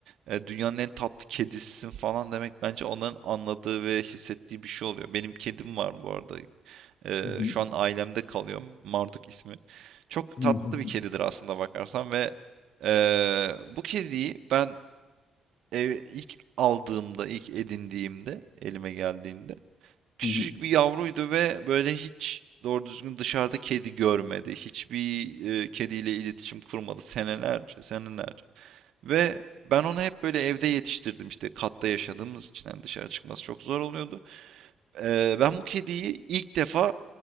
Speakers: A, on the right (about 70°); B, on the left (about 55°).
A: e, dünyanın en tatlı kedisisin falan demek bence onların anladığı ve hissettiği bir şey oluyor. Benim kedim var bu arada. Eee,
B: Hı hı.
A: şu an ailemde kalıyor. Marduk ismi. Çok
B: Hı
A: tatlı
B: hı.
A: bir kedidir aslında bakarsan ve eee, bu kediyi ben ev ilk aldığımda, ilk edindiğimde, elime geldiğinde küçücük
B: Hı hı.
A: bir yavruydu ve böyle hiç doğru düzgün dışarıda kedi görmedi. Hiçbir e, kediyle iletişim kurmadı senelerce, senelerce. Ve ben onu hep böyle evde yetiştirdim işte katta yaşadığımız için yani dışarı çıkması çok zor oluyordu. Eee, ben bu kediyi ilk defa